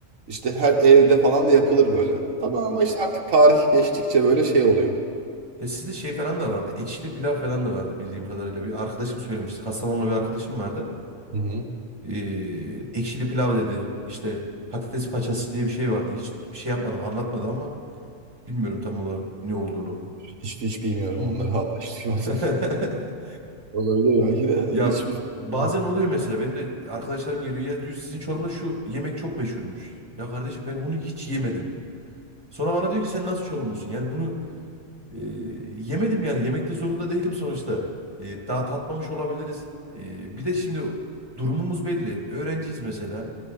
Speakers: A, on the right; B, on the right.
A: İşte her evde falan da yapılır böyle. Tabii
B: Hmm.
A: ama işte artık tarih geçtikçe böyle şey oluyor.
B: Ya sizde şey falan da vardı. Ekşili pilav falan da vardı bildiğim kadarıyla. Bir arkadaşım söylemişti. Kastamonlu bir arkadaşım vardı.
A: Hı hı.
B: Ee, ekşili pilav dedi. İşte patates paçası diye bir şey vardı. Hiç şey yapmadım, anlatmadı ama bilmiyorum tam olarak ne olduğunu.
A: Hiç, hiç bilmiyorum
B: Hı hı.
A: onları hala hiç duymadım.
B: <laughs>
A: <laughs> Olabilir belki de.
B: Ya
A: Hiçbir fikrim
B: bazen
A: yok.
B: oluyor mesela benim de arkadaşlarım geliyor ya diyor sizin Çorum'da şu yemek çok meşhurmuş. Ya kardeşim ben onu hiç yemedim. Sonra bana diyor ki sen nasıl Çorumlusun? Yani bunu e, yemedim yani yemekte zorunda değilim sonuçta. E, daha tatmamış olabiliriz. E, bir de şimdi durumumuz belli. Öğrenciyiz mesela.